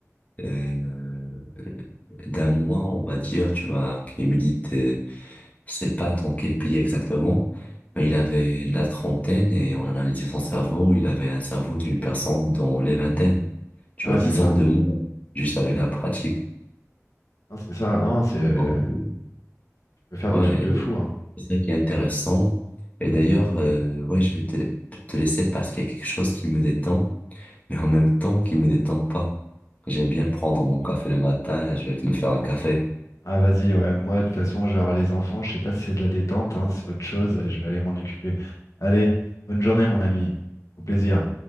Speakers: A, on the left (about 30°); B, on the left (about 80°).
A: euh, d'un moine, on va dire, tu vois, qui médite. je sais pas dans quel pays exactement, mais il avait la trentaine et on en analysait son cerveau, il avait un cerveau d'une personne dans les vingtaines. Tu
B: Ah,
A: vois, 10
B: c'est ça.
A: ans de moins, juste avec la pratique.
B: Non, c'est ça. Non, c'est.
A: Donc, euh,
B: Tu peux faire
A: Ouais,
B: des trucs de fou, hein.
A: c'est ça qui est intéressant. Et d'ailleurs, euh, ouais, je vais te, te laisser parce qu'il y a quelque chose qui me détend, mais en même temps qui me détend pas. J'aime bien prendre mon café le matin, je vais me faire un café.
B: Ah vas-y, ouais. Moi, de toute façon, je vais voir les enfants. Je sais pas si c'est de la détente, hein, c'est autre chose. et Je vais aller m'en occuper. Allez, bonne journée, mon ami. Au plaisir.